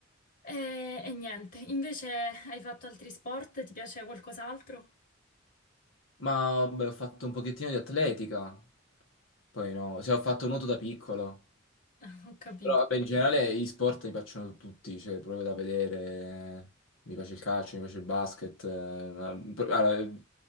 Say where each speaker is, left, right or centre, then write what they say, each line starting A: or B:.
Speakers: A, on the left; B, on the left.
A: E, e niente, invece hai fatto altri sport? Ti piace qualcos'altro?
B: Ma vabbè, ho fatto un pochettino di atletica, poi no, cioè ho fatto nuoto da piccolo.
A: <laughs> Ho capito.
B: Però vabbè, in generale gli sport mi piacciono tutti, cioè proprio da vedere. Mi piace il calcio, mi piace il basket. eh, allora, eh,